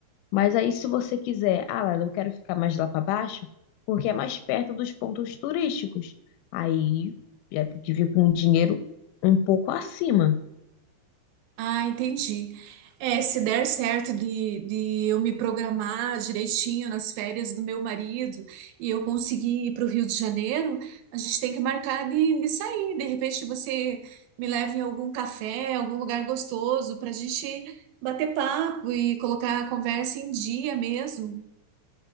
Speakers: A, on the left (about 85°); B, on the right (about 75°).
A: Mas aí, se você quiser, ah, lá, eu quero ficar mais lá para baixo, porque é mais perto dos pontos turísticos. Aí, já tem que vir com o dinheiro um pouco acima.
B: Ah, entendi. É, se der certo de, de eu me programar direitinho nas férias do meu marido e eu conseguir ir para o Rio de Janeiro, a gente tem que marcar de, de sair. De repente você me leva em algum café, algum lugar gostoso para a gente bater papo e colocar a conversa em dia mesmo.